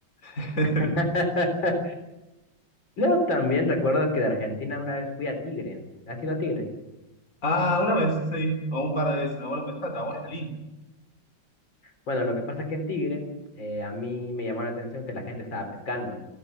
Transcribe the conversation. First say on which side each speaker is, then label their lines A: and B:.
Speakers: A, on the left; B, on the left.
A: <laughs>
B: <laughs> Luego también recuerdo que de Argentina una vez fui a Tigre. ¿Has ido a Tigre?
A: Ah, una vez, sí. O un par de veces, no, bueno, pero está, está bueno, está lindo.
B: Bueno, lo que pasa es que en Tigre, eh, a mí me llamó la atención que la gente estaba pescando.